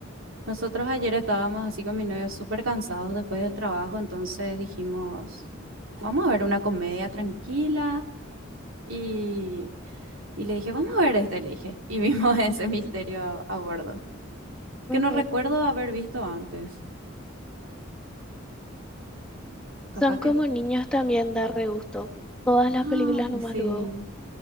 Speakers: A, on the right; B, in the centre.
A: Nosotros ayer estábamos así con mi novio súper cansados después del trabajo, entonces dijimos, vamos a ver una comedia tranquila y, y le dije, vamos a ver este, le dije, y vimos <laughs> ese misterio a, a bordo,
B: Ujú.
A: que no recuerdo haber visto antes, capaz
B: Son como
A: que...
B: niños también, da re gusto. Todas las
A: Ay,
B: películas nomás
A: sí.
B: luego.